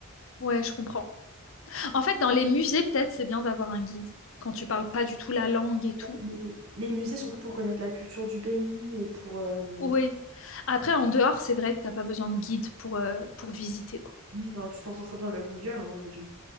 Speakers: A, on the left; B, on the right.
A: ouais, je comprends. En fait, dans les musées, peut-être, c'est bien d'avoir un guide quand tu parles pas du tout la langue et tout.
B: Les, les musées, surtout pour connaître la culture du pays et pour... euh,
A: Oui. Après, en dehors, c'est vrai que t'as pas besoin de guide pour, euh, pour visiter, quoi.
B: oui, ben, tu t'en sors très bien avec Google hein, aujourd'hui.